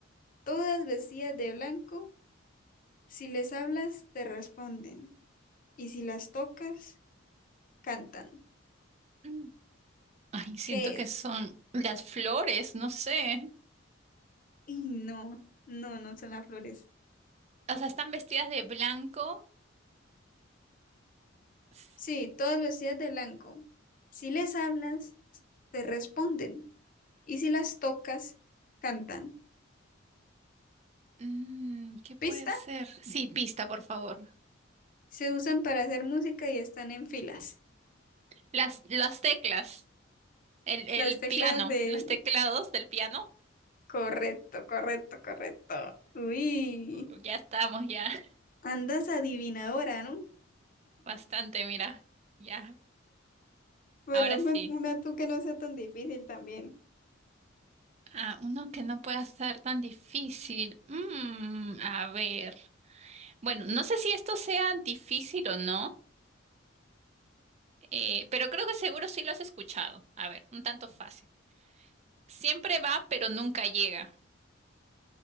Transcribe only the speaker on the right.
Mm. Ay, siento
que
son las flores, no sé.
O sea, están vestidas de blanco. S-
Mm, ¿qué puede
ser? Sí, pista, por favor.
Las, las teclas. El, el
piano,
los teclados del piano.
Uh, Ya estamos, ya. <laughs>
Bastante, mira. Ya,
ahora
sí.
Ah, uno que no pueda ser tan difícil. Mm, a ver. Bueno, no sé si esto sea difícil o no, eh, pero creo que seguro sí lo has escuchado. A ver, un tanto fácil. Siempre va, pero nunca llega.